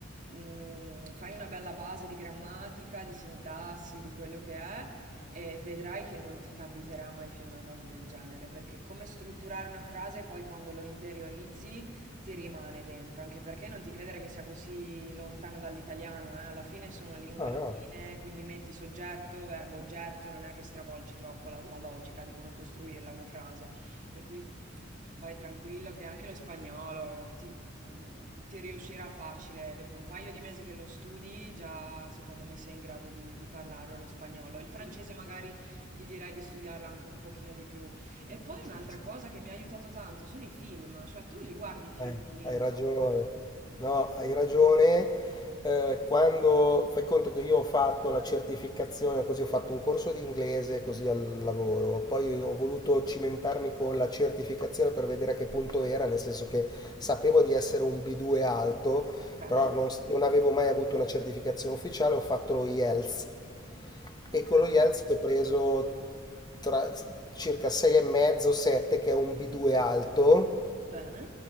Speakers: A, on the right (about 40°); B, on the left (about 20°).
A: mm, fai una bella base di grammatica, di sintassi, di quello che è, e vedrai che non ti capiterà mai più una cosa del genere, perché come strutturare una frase poi quando lo interiorizzi ti rimane dentro, anche perché non ti credere che sia così lontano dall'italiano, eh? Alla fine sono lingue
B: Ah, ah,
A: latine, quindi metti soggetto, verbo, oggetto, non è che stravolgi troppo la, la logica di come costruirla una frase, per cui Vai tranquillo che anche lo spagnolo ti, ti riuscirà facile. Dopo un paio di mesi che lo studi, già secondo me sei in grado di, di parlarlo lo spagnolo. Il francese magari ti direi di studiarlo anche un pochino di più. E poi
B: sì,
A: un'altra
B: sì.
A: cosa che mi ha aiutato tanto sono i film, cioè tu li guardi i film
B: Eh,
A: in lingua?
B: hai ragione. No, hai ragione. Eh, quando fai conto che io ho fatto la certificazione, così ho fatto un corso di inglese così al lavoro, poi ho voluto cimentarmi con la certificazione per vedere a che punto era, nel senso che sapevo di essere un B2 alto,
A: Bene.
B: però non, non avevo mai avuto una certificazione ufficiale, ho fatto lo IELTS
A: Ok,
B: e con lo IELTS ho preso tra, circa 6,5-7, che è un B2 alto
A: bene.